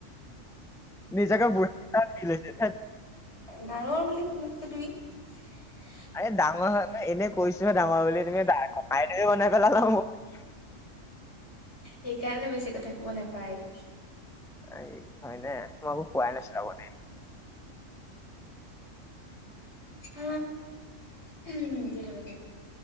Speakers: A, in the centre; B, on the left.
A: নিজকে বুৰা ফিল হয়চে ধেত।
B: ডাঙৰ <unintelligible>
A: এ ডাঙৰ হোৱানাই এনেই কৈছো। ডাঙৰ বুলি, তুমি দা ককাইদেউবে বনাই- <unintelligible>
B: সেইকাৰণে বেছি কথা ক'ব নেপায়।
A: এই হয়নে। তোমাক কোৱাই নাছিলো আগতে।
B: হ, উম উম। কৈটা বাজিল?